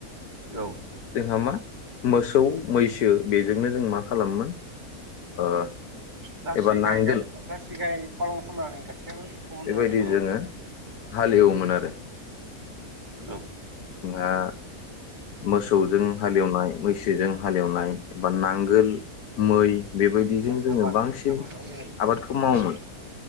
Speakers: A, on the right; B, on the left.
A: औ
B: जोंहा मा मोसौ मैसो बेजोंनो जों मा खालामोमोन ओ
A: जारसि
B: एबा नांगोल
A: गाय-गाय जारसि गाय फालन खालामनानै गाइखेर बहनानै
B: बेबायदि
A: लासिगोन
B: जोङो हालेवोमोन
A: ओ
B: आरो
A: औ
B: आ मोसौजों हालेवनाय मैसोजों हालेवनाय बा नांगोल मै बेबायदिजों
A: दा
B: जोङो
A: आबाद
B: बांसिन
A: आबादाव ओरै उम
B: आबादखौ
A: मोनसे
B: मावोमोन